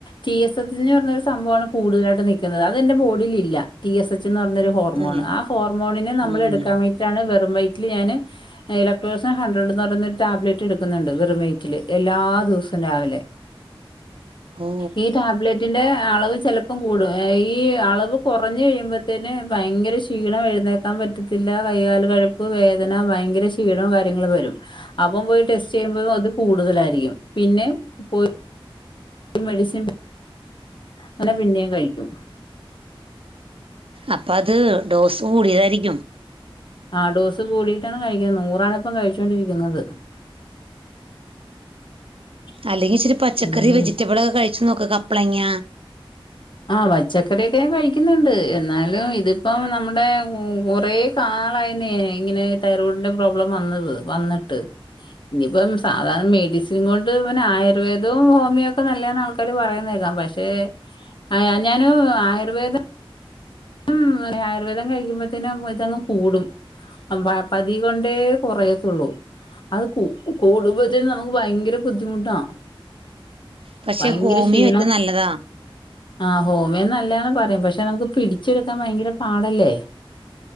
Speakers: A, on the left; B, on the right.
A: ടി എസ് എച്ച് എന്ന് പറഞ്ഞൊരു സംഭവാണ് കൂടുതലായിട്ട് നിക്കുന്നത് അതെന്റെ ബോഡിലില്ല ടി എസ് എച്ച് എന്ന് പറഞൊരു ഹോർമോണ്
B: ഉം
A: ആ ഹോർമോണിനെ നമ്മളടുക്കാ
B: ഉം
A: വേണ്ടി റ്റാണ് വെറും വൈറ്റില് ഞാന് ഇലക്ട്രോസൻ ഹൺഡ്രഡ്ന്ന് പറന്നൊരു ടാബലറ്റ് എടുക്കുന്നുണ്ട് വെറും വൈറ്റില് എല്ലാ ദിവസും രാവിലെ
B: ഓ
A: ഈ ടാബ്ലറ്റിന്റെ അളവ് ചെല ഒപ്പം കൂടും അഈ അളവ് കുറഞ്ഞ് കഴിയുമ്പോതെന് ഭയങ്കര ക്ഷീണ എഴുന്നേക്കാ പ പറ്റത്തില്ല കൈകാല് കഴപ്പ് വേദന വയങ്കര ക്ഷീണം കാര്യങ്ങളും വരും അപ്പം പോയി ടെസ്റ്റ് ചെയ്യുമ്പളും അത് കൂടുതലായിരിക്കും പിന്നേം പോയി മെഡിസിൻ അങ്ങനെ പിന്നേം കഴിക്കും
B: അപ്പ അത് ഡോസ് കൂടിയതായിരിക്കും
A: ആഹ് ഡോസ് കൂടിട്ടാണ് കഴിക്കുന്നത് നൂറാണ്പ്പം കഴിച്ചോണ്ടിരിക്കുന്നത് <inaudible>
B: അല്ലെങ്കി ഇിച്ചിരി പച്ചക്കറി
A: എന്തോ ചെയ്യ
B: വെജിറ്റബിളൊക്കെ കഴിച്ചു നോക്ക് കപ്പ്ളങ്ങ.
A: ആ പച്ചക്കറിയൊക്കെ ഞാൻ കഴിക്കുന്നുണ്ട് എന്നാലും ഇതിപ്പം നമ്മുടെ കുറെ. നാളായിന്നെ ഇങ്ങനെ തൈറോയ്ഡിന്റെ പ്രോബ്ലം വന്നത് വന്നിട്ട്. ഞിപ്പം സാധാരണ മെഡിസിൻ കൊണ്ട് പിന്നെ ആയുർവേദും ഹോമിയോക്കെ നല്ലത് ന്ന് ആ ആൾക്കാര് പറയുന്നേക്കാം പക്ഷെ. അയാ ഞാനും ആയുർവേദം. ഉം ആയുർവേദം കഴിക്കുമ്പോത്തെനും ഇതങ്ങ് കൂടും. അലോപതി കൊണ്ടേ കൊറയത്തുള്ളൂ. അത് കൂ, കൂടുമ്പത്തെന് നമുക്ക് ഭയങ്കര ബുദ്ധിമുട്ടാ.
B: പക്ഷെ
A: ഭയങ്കര
B: ഹോമിയോറ്റും
A: ക്ഷീണം
B: നല്ലതാ.
A: ആ ഹോമിയോന്നല്ലാണ് പറയും പക്ഷെ നമുക്ക് പിടിച്ചെടുക്കാൻ ഭയങ്കര പാടല്ലേ.